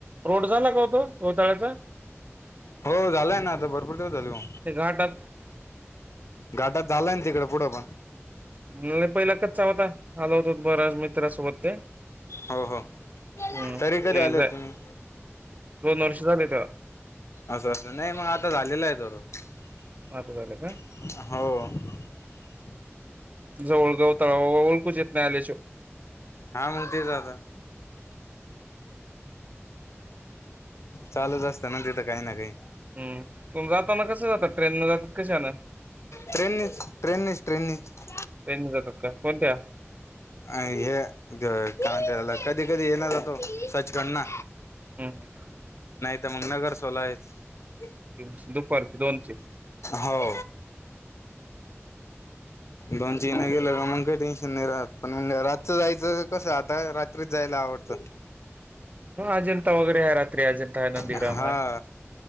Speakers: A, on the right (about 35°); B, on the left (about 70°).
A: रोड झाला का होतो गवताळ्याचा
B: हो झालंय ना आता भरपूर झाल हो.
A: ते घाटात
B: घाटात झालाय ना तिकड पुढे पण.
A: म्ह <unintelligible> पहिला कच्या होता आला होत हो बरच मित्रासोबत ते.
B: हो हो
A: हम्म
B: तरी
A: <unintelligible>
B: कधी
A: ते
B: आले होते तुम्ही
A: दोन वर्ष झाले त्याला.
B: असं असं नाही मग आता झालेलं आहे तो र हाव.
A: आता झाले का जवळ गवताळो ओ ओळखुच येत नाही आल्या शिवाय
B: हा म्हनते ते ददा. चालूच असत ना तिथं काही ना काही.
A: हम् मग जाताना कसं जातात ट्रेन न जाता. कशान?
B: ट्रेननीस ट्रेननीस ट्रेननीच
A: ट्रेन न जातात का कोणत्या
B: आ हे <unintelligible> काला च कधी कधी येणार जातो सचखंड ना,
A: हम्म ह.
B: ते मं गनगर सोला हेत.
A: हम्म दुपारची दोनची
B: हो. दोन <unintelligible> िन गेल्या का मग काही टेन्शन नाही राहत. पण मग <unintelligible> काय रातच जायच. कसंय आता रात्रीच जायला आवडतं.
A: <inaudible> नंदीग्राम
B: हा
A: हाय